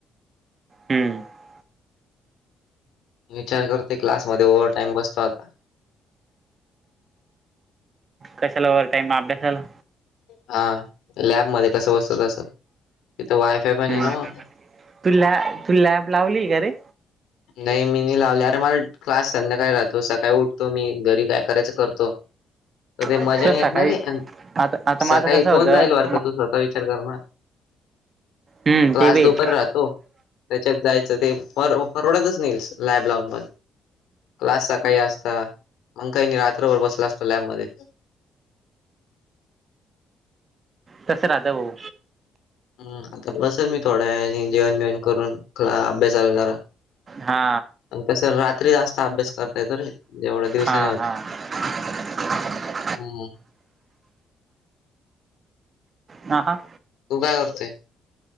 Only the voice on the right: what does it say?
हम्म
कशाला व टाईम अभ्यासाला
हम्म
तू लॅ तू लॅब लावली कारे?
तुला
सकाळी
आता आता माझं
कसं
होतं
हम्म
ते बी ये.
तसं राहत भाऊ.
हा
हा
हा <inaudible>
ह हा.